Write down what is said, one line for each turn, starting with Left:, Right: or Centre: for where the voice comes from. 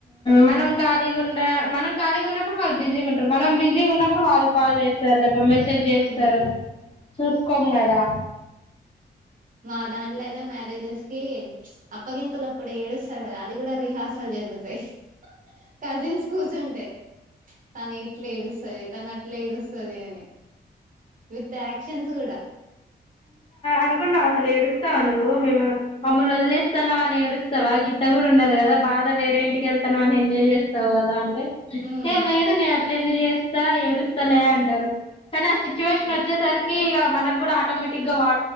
Left: మనం ఖాళీగుండా మనం ఖాళీగా ఉన్నప్పు ప్పుడు వాళ్ళు బిజీగా ఉంటారు మనం బిజీగా ఉన్నప్పుడు వాళ్ళు కాల్ చేస్తారు లేపో మెసేజ్ చేస్తారు
Right: ఉమ్
Left: చూసుకోం కదా
Right: మా దాంట్ల అయితే మ్యారేజెస్ కి అప్పగింతలప్పుడు ఏడుస్తారు కదా అది కూడా రిహార్సల్ జరుగుతాయి కజిన్స్ కూర్చుంటే తను ఇట్లా ఏడుస్తది తను అ ఇట్ల ఏడుస్తదనీ విత్ యాక్షన్స్ కూడా
Left: అనుకుంటావు అసలు ఏడుస్తావా నువ్వు మేము మమ్మల్ని వదిలేస్తాన్నావ్ అని ఏడుస్తావా గిత్త కూడా ఉండదు కదా కదా బాధా వేరే ఇంటికి వెళ్తాం అని ఎంజాయ్ చేస్తావు కదా అంటే
Right: ఉమ్
Left: ఏ లేదు నే అట్ల ఎందు చేస్తా ఏడుస్తా లే అంటారు కానీ ఆ సిచ్యువేషన్
Right: ఇగ
Left: వచ్చేసరికి ఇగ మన కూడా ఆటోమేటిక్ గా వా